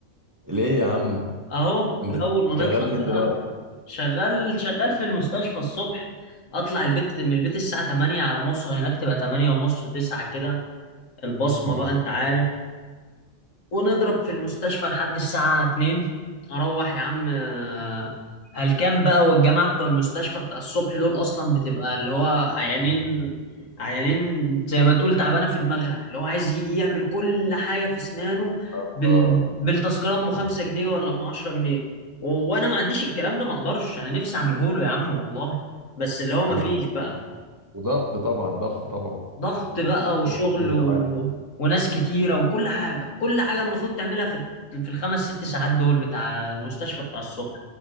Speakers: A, on the right (about 20°); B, on the left (about 75°).
A: ليه يا عم
B: أهو
A: انت
B: من أول ما نطلع
A: شغال فين
B: بقى
A: دلوقتي
B: شغال شغال في المستشفى الصبح اطلع البيت من البيت الساعة 8 على ما اوصل هناك تبقى 8 ونص 9 كده البصمة
A: مم.
B: بقى انت عارف ونضرب في المستشفى لحد الساعة 2 اروح يا عم آه، هلكان بقى والجماعة بتوع المستشفى بتاع الصبح دول اصلا بتبقى اللي هو عيانين عيانين زي ما تقول تعبانة في دماغها اللي هو عايز يجي يعمل كل حاجة في اسنانه
A: اه
B: بال... بالتذكرة ام 5 جنيه ولا ام 10 جنيه و... وانا ما عنديش الكلام ده ما اقدرش انا نفسي اعمله له يا عم والله بس اللي هو ما
A: ومع-
B: فيش بقى
A: وضغط طبعا ضغط طبعا
B: ضغط بقى وشغل
A: من كل النواحي.
B: و... وناس كتيرة وكل حاجة كل حاجة المفروض تعملها في في الخمس ست ساعات دول بتاع المستشفى بتاع الصبح